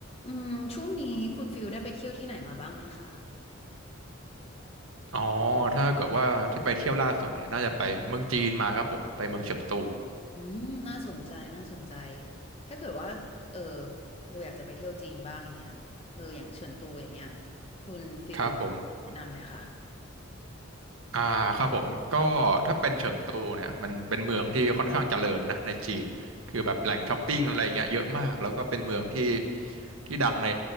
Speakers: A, on the left; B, on the right.
A: อืมช่วงนี้คุณฟิลได้ไปเที่ยวที่ไหนมาบ้างไหมคะ
B: อ๋อถ้าเกิดว่าที่ไปเที่ยวล่าสุดเนี่ยน่าจะไปเมืองจีนมาครับผมไปเมืองเฉิงตู
A: อืมน่าสนใจน่าสนใจ ถ้าเกิดว่าเออโบอยากจะไปเที่ยวจีนบ้างอย่างเงี้ยเอออย่างเฉินตูอย่างเงี้ยคุณฟิล
B: ครับผม
A: แนะนำไหมคะ
B: อ่าครับผมก็ถ้าเป็นเฉิงตูเนี่ยมันเป็นเมืองที่ค่อนข้างเจริญนะในจีนคือแบบแหล่งช้อปปิ้งอะไรเงี้ยเยอะมากแล้วก็เป็นเมืองที่ที่ดังใน